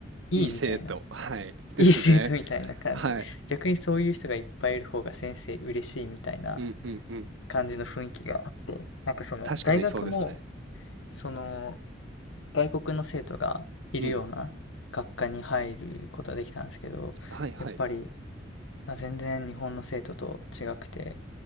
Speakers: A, on the left (about 85°); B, on the right (about 80°).
A: いいみたいな。
B: いい生徒。はい。
A: <laughs>
B: ですね。
A: いい生徒みたいな感じで。
B: はい。
A: 逆にそういう人がいっぱいいる方が先生嬉しいみたいな
B: うんうんうん。
A: 感じの雰囲気があって、なんかその大学も、
B: 確かにそうですね。
A: その外国の生徒がいるような学科に入ることができたんですけど、
B: うん。はいはい。
A: やっぱりあ、全然日本の生徒と違くて、